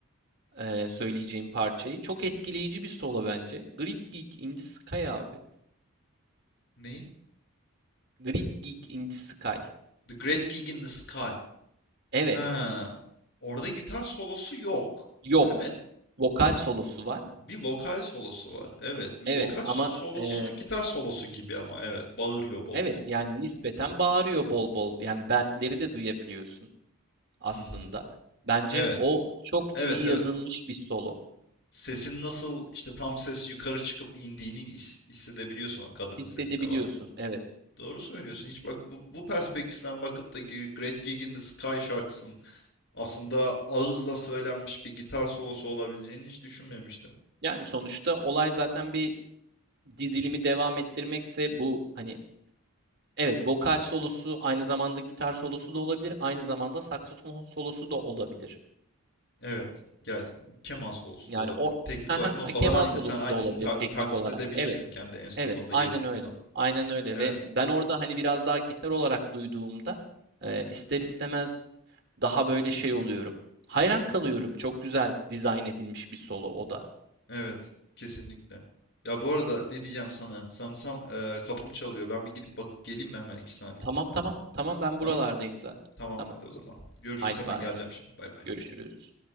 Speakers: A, on the right; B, on the left.
A: eee, söyleyeceğim parçayı. Çok etkileyici bir solo bence. Great Gig in the Sky abi.
B: Ney?
A: Great Gig in the Sky.
B: The Great Gig in the Sky.
A: Evet.
B: Ha. Orada gitar solosu yok.
A: Yok.
B: Değil mi?
A: Vokal solosu var.
B: Bir vokal solosu var. Evet, bir vokal
A: Evet ama
B: solosu
A: eee,
B: gitar solosu gibi ama evet. Bağırıyor bol
A: evet
B: bol.
A: yani nispeten bağırıyor bol bol. Yani bentleri de duyabiliyorsun aslında.
B: Hı hı.
A: Bence
B: Evet.
A: o çok
B: Evet,
A: iyi
B: evet.
A: yazılmış bir solo.
B: sesin nasıl işte tam ses yukarı çıkıp indiğini his- hissedebiliyorsun o kadının
A: Hissedebiliyorsun,
B: sesine baktığında.
A: evet.
B: Doğru söylüyorsun. Hiç bak bu, bu perspektiften bakıp da G- Great Gig in the Sky şarkısının aslında ağızla söylenmiş bir gitar solosu olabileceğini hiç düşünmemiştim.
A: Yani sonuçta olay zaten bir dizilimi devam ettirmekse bu hani evet vokal solosu aynı zamanda gitar solosu da olabilir, aynı zamanda saksofon solosu da olabilir.
B: Evet. Yani keman solosu
A: Yani
B: da olabilir.
A: o
B: Teknik
A: <laughs> Haha,
B: olarak notalar
A: keman
B: aynı.
A: solosu
B: Sen aynısını
A: da olabilir
B: ta- taklit
A: teknik olarak.
B: edebilirsin
A: Evet,
B: kendi enstrümanında
A: evet, aynen
B: yetkinsen.
A: öyle. Aynen öyle
B: Evet.
A: ve ben orada hani biraz daha gitar olarak duyduğumda e, ister istemez daha böyle şey oluyorum. Hayran kalıyorum. Çok güzel dizayn edilmiş bir solo o da.
B: Evet. Kesinlikle. Ya bu arada ne diyeceğim sana? Sanırsam e, kapım çalıyor. Ben bir gidip bakıp geleyim mi hemen iki saniye?
A: Tamam tamam. Tamam ben
B: Tamam.
A: buralardayım zaten.
B: Tamam
A: Tamam.
B: hadi o zaman. Görüşürüz
A: Haydi
B: hemen
A: bye.
B: geleceğim şimdi. Bay bay.
A: Görüşürüz.